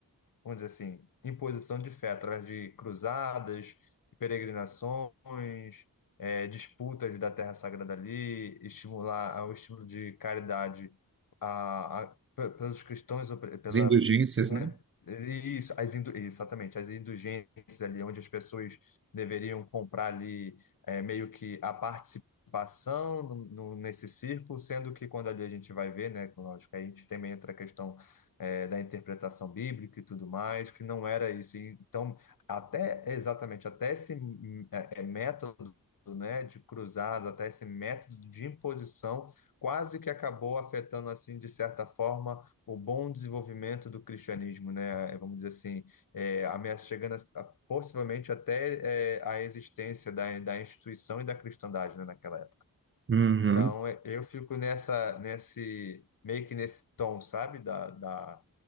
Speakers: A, on the left; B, on the right.
A: vamos dizer assim, imposição de fé através de cruzadas, peregrinações, eh, disputas da terra sagrada ali, estimular ao estímulo de caridade a, a- pe- pelos cristãos, ou pe- pela,
B: As indulgências,
A: né,
B: né?
A: isso, as indu- exatamente, as indulgências ali, onde as pessoas deveriam comprar ali eh, meio que a participação no, no- nesse círculo, sendo que quando ali a gente vai ver, né, que, lógico, aí a gente também entra a questão é, da interpretação bíblica e tudo mais, que não era isso. E, Então, até exatamente, até esse hum, é, é, método, né, de cruzados, até esse método de imposição, quase que acabou afetando, assim, de certa forma, o bom desenvolvimento do cristianismo, né? É, Vamos dizer assim, é, ameaça chegando a, possivelmente até é, a existência da, da instituição e da cristandade, né, naquela época.
B: Uhum.
A: Então, e- eu fico nessa, nesse, meio que nesse tom, sabe? Da, da,